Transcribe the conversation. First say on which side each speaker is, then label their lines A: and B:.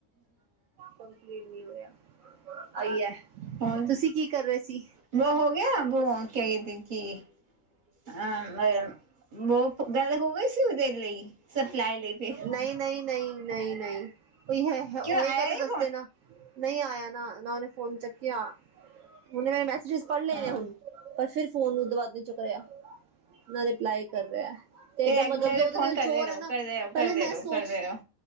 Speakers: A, on the right (about 75°); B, on the right (about 35°).
A: ਕੰਪਲੀਟ ਨਹੀਂ ਹੋਇਆ। ਆਈ ਹੈ।
B: ਹੋਰ
A: ਤੁਸੀਂ ਕੀ ਕਰ ਰਹੇ ਸੀ
B: ਵੋ ਹੋ ਗਿਆ, ਵੋ ਹੋ ਕੇ ਆਈ ਪਿੰਕੀ। ਹਮ ਵੋ ਗੱਲ ਹੋ ਗਈ ਸੀ ਦਿੱਲੀ ਸਪਲਾਈ ਲਈ। ਫਿਰ
A: ਨਈ ਨਈ ਨਈ ਨਈ ਨਈ ਕੋਈ ਹੋਏਗਾ
B: ਕਿਉਂ ਆਇਆ
A: ਤੇ
B: ਇਹ
A: ਦੱਸ ਦੇਣਾ। ਨਈ ਆਇਆ ਨਾ ਨਾ ਉਹਨੇ ਫੋਨ ਚੱਕਿਆ ਉਹਨੇ ਮ ਬੈ। ਚੀਜ਼ ਪੜ੍ਹ
B: ਫੋਨ
A: ਲੈ ਨੇ ਹੁਣ ਪਰ ਫਿਰ ਫੋਨ ਨੂੰ ਉਦੂ ਬਾਦ ਨੀ ਚੱਕ ਰਿਹਾ ਨਾ ਰਿਪਲਾਈ ਕਰ ਰਿਹਾ। ਤੇ ਏਦਾਂ
B: ਰੈਗੂਲਰ
A: ਮਤਲਬ ਉਹਦੇ
B: ਫੋਨ
A: ਦਿਲ
B: ਕਰਦੇ
A: ਚੋਰ
B: ਰਹੋ
A: ਐ ਨਾ।
B: ਕਰਦੇ ਰਹੋ ਕਰਦੇ
A: ਪੈਲੇ ਮੈਂ
B: ਰਹੋ
A: ਸੋਚ
B: ਕਰਦੇ ਰਹੋ